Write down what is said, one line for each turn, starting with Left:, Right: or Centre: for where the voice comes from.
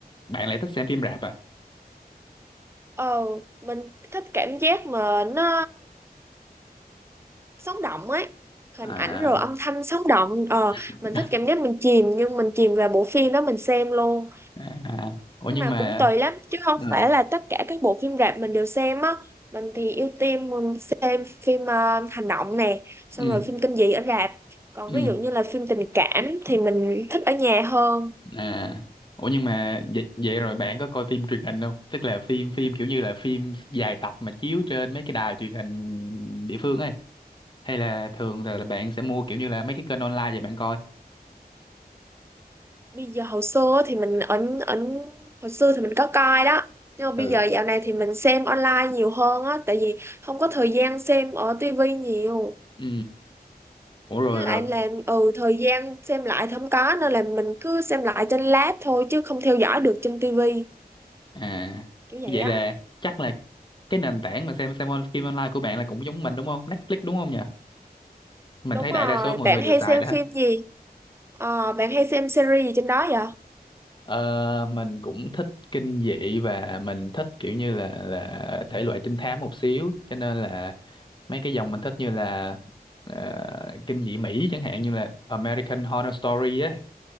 Left: Bạn lại thích xem phim rạp à?
Right: Ờ, mình thích cảm giác mà nó sống động ấy, hình
Left: À,
Right: ảnh rồi âm thanh sống động, ờ,
Left: <laughs>
Right: mình thích cảm giác mình chìm, nhưng mình chìm vào bộ phim đó mình xem luôn.
Left: à, à. Ủa
Right: nhưng
Left: nhưng
Right: mà
Left: mà
Right: cũng tùy lắm chứ không
Left: ừ
Right: phải là tất cả các bộ phim rạp mình đều xem á mình thì ưu tiên mình xem phim ờ, hành động nè xong
Left: ừ
Right: rồi phim kinh dị ở rạp còn
Left: ừ
Right: ví dụ như là phim tình cảm thì mình thích ở nhà hơn
Left: à ủa nhưng mà vậy, vậy
Right: Ừm,
Left: rồi bạn có coi phim truyền hình không tức là phim phim kiểu như là phim dài tập mà chiếu trên mấy cái đài truyền hình địa phương ấy hay là thường là, là bạn sẽ mua kiểu như là mấy cái kênh online vậy bạn coi
Right: bây giờ hồi xưa thì mình ở ở hồi xưa thì mình có coi đó nhưng mà bây
Left: ừ
Right: giờ dạo này thì mình xem online nhiều hơn á tại vì không có thời gian xem ở tivi nhiều
Left: ừ ủa rồi
Right: với lại
Left: rồi
Right: là ừ thời gian xem lại thì không có nên là mình cứ xem lại trên lab thôi chứ không theo dõi được trên tivi
Left: à
Right: kiểu vậy
Left: vậy
Right: á
Left: là chắc là cái nền tảng mà xem xem on- phim online của bạn là cũng giống mình đúng không Netflix đúng không nhỉ mình
Right: đúng
Left: thấy
Right: rồi
Left: đại đa số mọi
Right: bạn
Left: người đều
Right: hay
Left: xài
Right: xem
Left: đó
Right: phim gì ờ bạn hay xem series gì trên đó vậy
Left: Ờ, mình cũng thích kinh dị và mình thích kiểu như là là thể loại trinh thám một xíu cho nên là mấy cái dòng mình thích như là ờ, kinh dị Mỹ chẳng hạn như là American Horror Story á